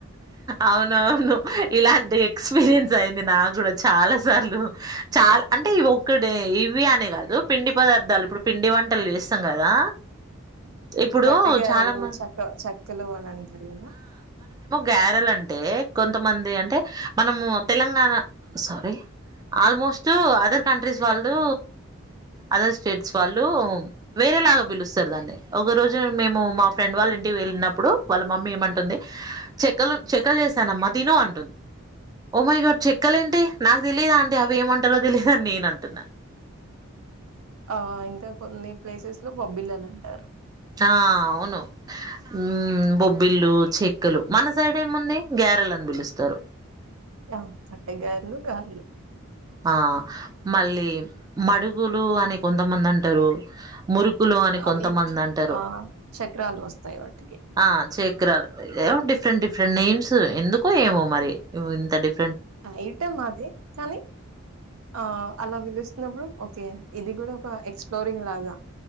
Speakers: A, on the right (about 15°); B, on the right (about 80°).
A: అవును అవును ఇలాంటి ఎ పీరియన్స్ అయింది నాకు కూడా చాలా సార్లు చాల అంటే ఇ ఒక్కడ ఇవి అనే కాదు పిండి పదార్థాలు ఇప్పుడు పిండి వంటలు చేస్తాం కదా ఇప్పుడు
B: తట్టగాయారలు
A: చాలా మ
B: చక్క చెక్కెలు అని అంటారు కదా
A: గారల్ అంటే కొంతమంది అంటే మనము Telangana sorry almost other countries వాళ్ళు అదర్ స్టేట్స్ వాళ్ళు వేరేలాగా పిలుస్త దండి ఒక రోజు మేము మా ఫ్రెండ్ వాళ్ళ ఇంటి వెళ్ళినప్పుడు వాళ్ళ మమ్మీ ఏమంటుంది చెక్కలు చెక్కలు చేసానమ్మా తిను అంటుంది ఓ మై గాడ్ చెక్కలు ఏంటి నాకు తెలియదా అంటే అవి ఏమంటారో తెలిదుని నేను అంటున్నా
B: ఆ ఇంకా కొన్ని ప్లేసెస్ లో బొబ్బిలలు అంటారు
A: ఆ అవును ఊ బొబ్బిల్లు చెక్కలు మన సైడ్ ఏముంది గారెలుని పిలుస్తారు
B: ఆ చట్ట గారలు గార్లు
A: ఆ మళ్ళీ మడుగులు అని కొంతమంది అంటారు మురుకులు అని
B: అవి
A: కొంతమంది అంటారు
B: ఆ చక్రాలు వస్తాయి వాటికి
A: ఆ చకరాలు ఏ డిఫరెంట్ డిఫరె డిఫరెంట్ నేమ్స్ ఎందుకో ఏమో మరి ఇంత ఫ
B: ఏట మాధ కానీ ఆ అలా పిలుస్తున్నప్పుడు ఓకే ఇది కూడా ఒక ఎక్స్ప్లోరింగ్ లాగా